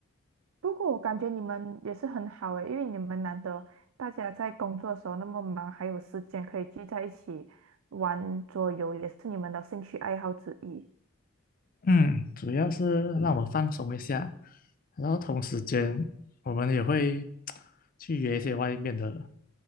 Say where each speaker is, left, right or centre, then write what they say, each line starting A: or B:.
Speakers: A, on the right; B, on the left.
A: 不过我感觉你们也是很好诶，因为你们难得大家在工作的时候那么忙，还有时间可以聚在一起玩桌游，也是你们的兴趣爱好之一。
B: 嗯，主要是让我放松一下，然后同时间我们也会 <tsk> 去约一些外面的